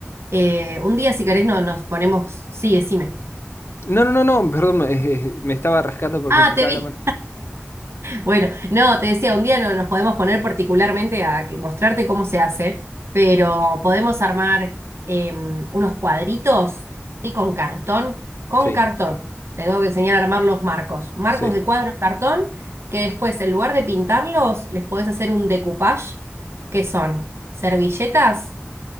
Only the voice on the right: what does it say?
Eh, un día, si querés, no, nos ponemos. Sí, decime.
Ah,
te vi.
Bueno, no, te decía, un día no nos podemos poner particularmente a que- mostrarte cómo se hace, pero podemos armar eh, unos cuadritos y con cartón, con
cartón. Te tengo que enseñar a armar los marcos, marcos
de cuadro en cartón, que después en lugar de pintarlos, les podés hacer un decoupage, que son servilletas